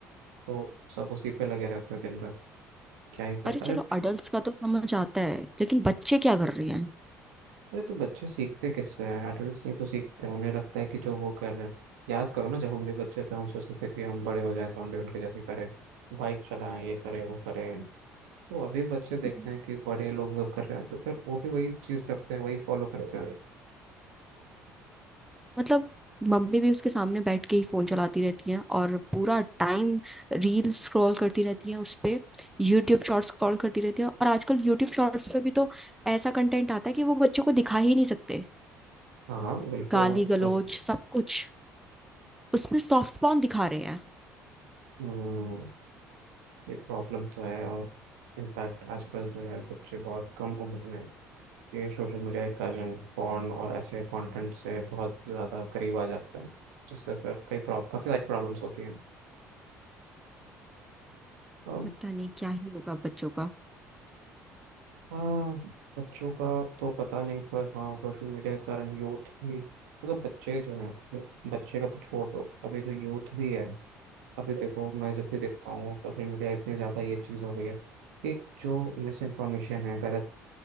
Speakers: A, on the right; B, in the centre.
A: तो सब उसी पे लगे रहते हैं दिन भर क्या ही करें
B: अरे
A: अरे
B: चलो अडल्ट्स का तो समझ आता है लेकिन बच्चे क्या कर रहे
A: अरे तो बच्चे सीखते किससे हैं एडल्ट से ही तो सीखते हैं उन्हें लगता है कि जो वो कर रहे हैं याद करो ना जब हम भी बच्चे थे हम सोचते थे कि हम बड़े हो जाएं तो हम भी उनके जैसे करें बाइक चलाएं ये करें वो करें तो अभी बच्चे देखते
B: हैं
A: हैं कि बड़े लोग वो कर रहे हैं तो फिर वो भी वही चीज करते हैं वही फॉलो करते हैं
B: मतलब मम्मी भी उसके सामने बैठ के ही फोन चलाती रहती हैं और पूरा टाइम रील स्क्रॉल करती रहती हैं उस पे यूट्यूब शॉर्ट्स स्क्रॉल करती रहती हैं और आजकल यूट्यूब शॉर्ट्स पे भी तो ऐसा कंटेंट आता है कि वो बच्चों को दिखा ही नहीं सकते
A: हाँ बिल्कुल
B: गाली
A: आप
B: गलौज
A: सब
B: सब कुछ उसमें सॉफ्ट पॉर्न दिखा रहे हैं
A: हम्म, ये प्रॉब्लम तो है और इनफैक्ट आजकल जो है बच्चे बहुत कम उम्र में ये सोशल मीडिया के कारण फोन और ऐसे कंटेंट से बहुत ज़्यादा करीब आ जाते हैं जिससे फिर कई प्रॉब काफ़ी सारी प्रॉब्लम्स होती हैं अम,
B: पता नहीं क्या ही होगा बच्चों का
A: हाँ बच्चों का तो पता नहीं पर हाँ सोशल मीडिया के कारण यूथ भी मतलब बच्चे जो हैं बच्चे का तो छोड़ दो अभी जो यूथ भी है अभी देखो मैं जब भी देखता हूँ सोशल मीडिया इतनी ज़्यादा ये चीज़ हो गई है कि जो मिस इन्फॉर्मेशन है गलत